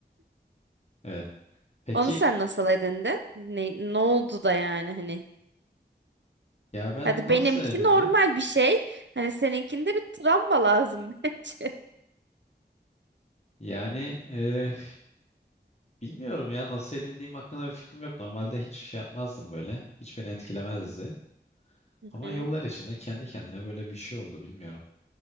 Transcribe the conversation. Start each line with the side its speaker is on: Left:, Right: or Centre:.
Left: Evet. Peki
Right: Onu sen nasıl edindin? Ne, ne oldu da yani hani?
Left: ya ben
Right: Hadi
Left: nasıl
Right: benimki
Left: edindim?
Right: normal bir şey. Hani seninkinde bir travma lazım <laughs> bence.
Left: Yani eh, bilmiyorum ya nasıl edindiğim hakkında bir fikrim yok. Normalde hiç şey yapmazdım böyle. Hiç beni etkilemezdi.
Right: Hı
Left: Ama
Right: hı.
Left: yıllar içinde kendi kendine böyle bir şey oldu bilmiyorum.